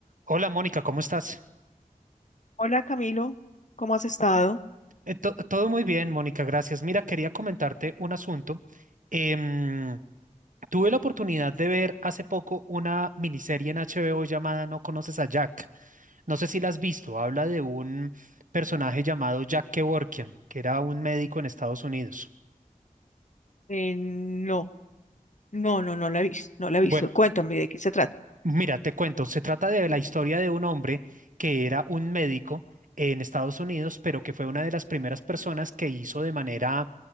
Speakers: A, on the right; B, on the left.
A: Hola Mónica, ¿cómo estás?
B: Hola Camilo, ¿cómo has estado?
A: Eh, to- todo muy bien, Mónica, gracias. Mira, quería comentarte un asunto. Em, tuve la oportunidad de ver hace poco una miniserie en HBO llamada No conoces a Jack. No sé si la has visto. Habla de un personaje llamado Jack Kevorkian, que era un médico en Estados Unidos.
B: Eh, no, no, no, no la he visto, no la he
A: Bueno,
B: visto. Cuéntame de qué se trata.
A: Mira, te cuento, se trata de la historia de un hombre que era un médico en Estados Unidos, pero que fue una de las primeras personas que hizo de manera,